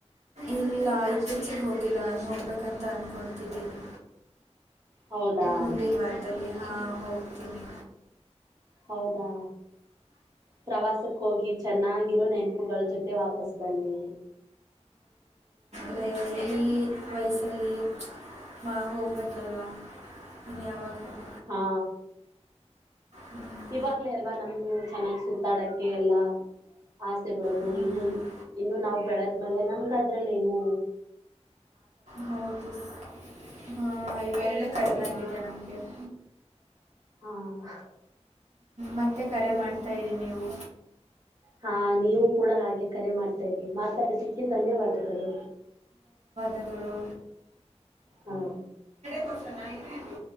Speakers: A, on the right (about 70°); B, on the right (about 30°).
A: ಇಲ್ಲ ಇತ್ತೀಚೆಗೆ ಹೋಗಿಲ್ಲ ನಾನು ಹೋಗ್ಬೇಕಂತ ಅನ್ಕೊತಿದ್ದೀನಿ
B: ಹೌದಾ
A: ಮುಂದು ಮರ್ತದಲ್ಲಿ ಹಾಂ ಹೋಗ್ತೀನಿ
B: ಹೌದಾ ಪ್ರವಾಸಕ್ಕೆ ಹೋಗಿ ಚೆನ್ನಾಗಿರೋ ನೆನಪುಗಳ ಜೊತೆ ವಾಪಸ್ ಬನ್ನಿ
A: ಅ ಈ ವಯಸ್ಸಲ್ಲಿ ಮಾ ಹೋಗ್ಬೇಕಲ್ವಾ ಇನ್ನು ಯಾವಾಗ ಹೋಗ
B: ಹಾ
A: ಹ್ಞೂ
B: ಇವಾಗ್ಲೇ ಅಲ್ವಾ ನಮ್ಗು ಚೆನ್ನಾಗ್ ಸುತ್ತಾಡಕ್ಕೆ ಎಲ್ಲಾ ಆಸೆ ಬರೋದು
A: ಹ್ಞೂ
B: ಇನ್ನು ಇನ್ನು ನಾವು ಬೆಳದ್ಮೇಲೆ ನಮ್ ದ್ರಲ್ಲೇನು
A: ಹೌದು ಹಾ ವಲ್ಲ ಕಡಿಮ ನಮ್ಗೆಬ್
B: ಹಾ
A: ಮತ್ತೆ ಕರೆ ಮಾಡ್ತಾಯ ಇರಿ ನೀವು
B: ಹಾ ನೀವು ಕೂಡ ಹಾಗೆ ಕರೆ ಮಾಡ್ತಾರಿ ಮಾತಾಡದಿಕ್ಕೆ ಧನ್ಯವಾದಗಳು
A: ಗಳು
B: ಹಾ
A: ಕಷನ ಇದು ಇದು